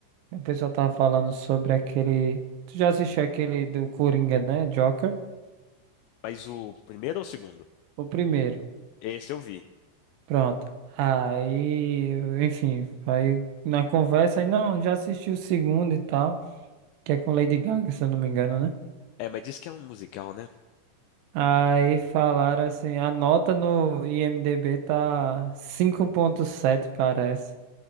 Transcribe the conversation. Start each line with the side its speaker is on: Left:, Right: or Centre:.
Right: O pessoal tava falando sobre aquele. Tu já assistiu aquele do Coringa, né? Joker?
Left: mas o primeiro ou o segundo?
Right: O primeiro.
Left: Esse eu vi.
Right: Pronto. Aí, enfim, aí na conversa, aí, não, já assisti o segundo e tal, que é com Lady Gaga, se eu não me engano, né?
Left: É, mas diz que é um musical, né?
Right: Aí falaram assim, a nota no IMDb tá cinco ponto sete parece.